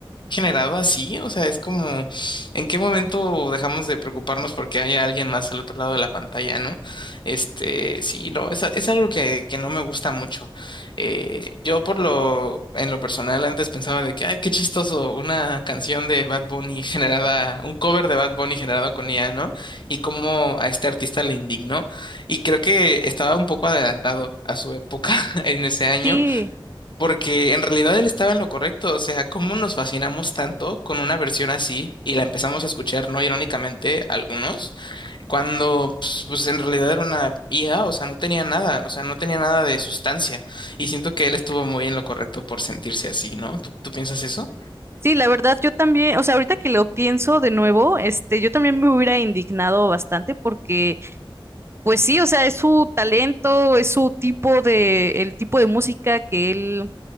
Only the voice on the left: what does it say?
generado así. O sea, es como, ¿en qué momento dejamos de preocuparnos porque haya alguien más al otro lado de la pantalla, ¿no? Este, sí, no, es, a- es algo que, que no me gusta mucho. Eh, yo por lo, en lo personal antes pensaba de que, ay, qué chistoso, una canción de Bad Bunny generada, un cover de Bad Bunny generado con IA, ¿no? y cómo a este artista le indignó. Y creo que estaba un poco adelantado a su época <laughs> en ese año,
porque en realidad él estaba en lo correcto. O sea, cómo nos fascinamos tanto con una versión así y la empezamos a escuchar, no irónicamente, algunos, cuando pues, pues, en realidad era una IA, o sea, no tenía nada, o sea, no tenía nada de sustancia. Y siento que él estuvo muy en lo correcto por sentirse así, ¿no? ¿Tú, tú piensas eso?